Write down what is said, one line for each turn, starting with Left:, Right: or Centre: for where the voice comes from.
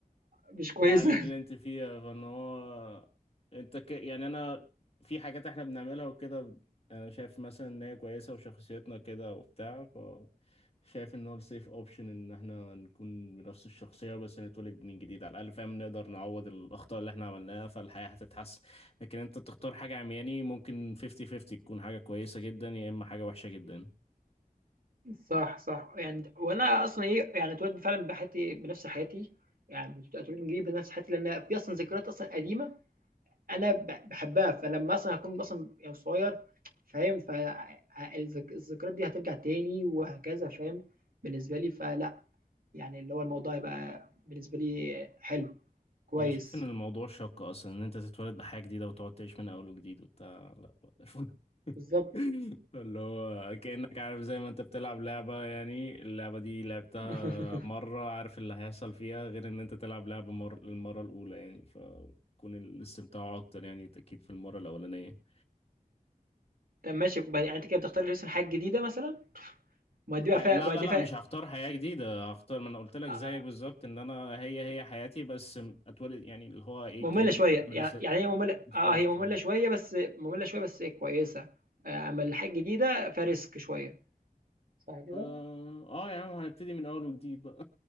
Right: مش كويسة.
Left: اقل من اللي انت فيها فان هو انت ك... يعني انا في حاجات احنا بنعملها وكده انا شايف مثلا ان هي كويسة وشخصيتنا كده وبتاع ف شايف ان هو السيف اوبشن ان احنا نكون بنفس الشخصية بس نتولد من جديد على الاقل فاهم نقدر نعوض الاخطاء اللي احنا عملناها فالحياة هتتحسن لكن انت تختار حاجة عمياني ممكن 50-50 تكون حاجة كويسة جدا يا اما حاجة وحشة جدا
Right: صح صح يعني وانا اصلا ايه يعني اتولدت فعلا بحياتي بنفس حياتي يعني اتولدت جديد بنفس حياتي لان في اصلا ذكريات اصلا قديمه انا ب- بحبها فلما اصلا هكون اصلا يعني صغير فاهم فالذكريات دي هترجع تاني وهكذا فاهم بالنسبه لي فلا يعني اللي هو الموضوع يبقى بالنسبه لي حلو كويس
Left: انا شايف ان الموضوع شاق اصلا ان انت تتولد بحاجة جديدة وتقعد تعيش من اول وجديد وبتاع لا لا.
Right: بالظبط
Left: <laughs> اللي هو كأنك عارف زي ما انت بتلعب لعبة يعني اللعبة دي لعبتها
Right: <laughs>
Left: مرة عارف اللي هيحصل فيها غير ان انت تلعب لعبة مر... للمرة الأولى يعني فكون الاستمتاع أكتر يعني أكيد في المرة الأولانية
Right: طب ماشي ب- يعني انت كده بتختار لسه حاجه جديده مثلا ما دي
Left: ح...
Right: بقى
Left: لا
Right: فيها ما
Left: لا
Right: دي
Left: لا مش هختار حياة جديدة هختار ما انا قلت لك
Right: فيها
Left: زيك بالظبط ان انا هي هي حياتي بس اتولد يعني اللي هو ايه
Right: مملة
Left: كاني
Right: شوية،
Left: عامل
Right: يع يعني هي مملة
Left: ريستارت
Right: آه، هي مملة
Left: يعني
Right: شوية بس مملة شوية بس كويسة، آآ، أمّا الحاجات الجديدة فRisk شوية. صح كده؟
Left: اه اه يا عم هنبتدي من اول وجديد بقى